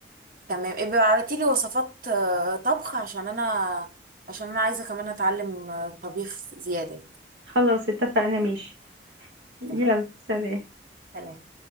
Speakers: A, on the right; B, on the right.
A: تمام ابقى ابعتي لي وصفات آه، طبخ عشان انا عشان انا عايزه كمان اتعلم آه، طبيخ زياده يعني
B: خلاص اتفقنا ماشي يلا
A: اتفقنا
B: سلام
A: سلام